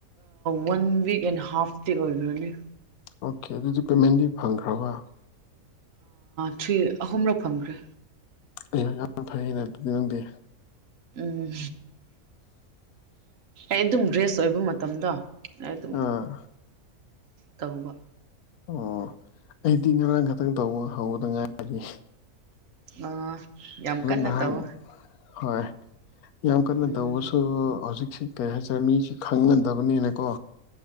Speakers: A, on the right (about 65°); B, on the left (about 85°).
A: ꯋꯥꯟ ꯋꯤꯛ ꯑꯦꯟ ꯍꯥꯐꯇꯤ ꯑꯣꯏꯈꯔꯅꯤ
B: ꯑꯣꯀꯦ ꯑꯗꯨꯗꯤ ꯄꯦꯃꯦꯟꯗꯤ ꯐꯪꯈ꯭ꯔꯕ
A: ꯊ꯭ꯔꯤ ꯑꯍꯨꯝꯔꯛ ꯐꯪꯈ꯭ꯔꯦ
B: ꯑꯩꯍꯥꯛ ꯌꯥꯝ ꯐꯩꯩꯅ ꯑꯗꯨꯗꯤ ꯅꯪꯗꯦ
A: ꯎꯝ ꯑꯗꯨ ꯑꯗꯨꯝ ꯭ꯔꯦꯁ ꯑꯣꯏꯕ ꯃꯇꯝꯗꯣ ꯑꯗꯨꯝ
B: ꯑꯥ
A: ꯇꯧꯕ
B: ꯑꯣ ꯑꯩꯗꯤ ꯉꯔꯥꯡ ꯈꯛꯇꯪ ꯇꯧꯕ ꯍꯧꯧꯕꯗ ꯉꯥꯏꯔꯒꯦ
A: ꯑ ꯌꯥꯝ ꯀꯟꯅ
B: ꯅꯍꯥꯟ
A: ꯇꯧ
B: ꯍꯣꯏ ꯌꯥꯝ ꯀꯟꯅ
A: ꯎꯝ
B: ꯇꯧꯕꯁꯨ ꯍꯧꯖꯤꯛꯁꯤ ꯀꯩ ꯍꯥꯏꯇꯥꯔꯦ ꯃꯤꯁꯤ ꯈꯪꯅꯗꯕꯅꯤꯅꯀꯣ